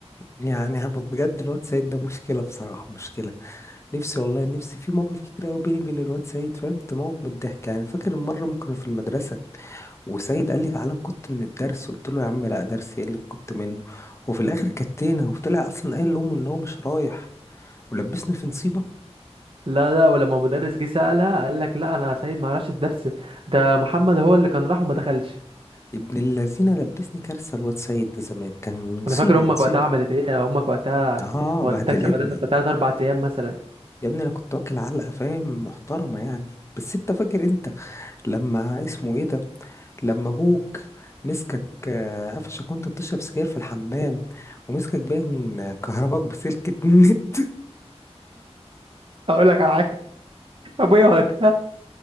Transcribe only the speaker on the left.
يعني هب- بجد الواد سيد ده مشكلة بصراحة مشكلة نفسي والله نفسي في مواقف كتير قوي بيني وبين الواد سيد فاهم تموت من الضحك يعني فاكر مرة ما كنا في المدرسة وسيد قال لي تعالى نكت من الدرس قلت له يا عم لا درس ايه اللي كنت منه وفي الاخر كتينا وطلع اصلا قايل لامه ان هو مش رايح ولبسني في نصيبة
ابن اللذينة لبسني كارثة الواد سيد ده زمان كان نصيبة
نصيبة
اه
بهدلتني
يا ابني انا كنت واكل علقة فاهم محترمة يعني بس انت فاكر انت لما اسمه ايه ده لما ابوك مسكك آه، قفشك وانت بتشرب سجاير في الحمام ومسكك باين كهرباك بسلكة <laughs> النت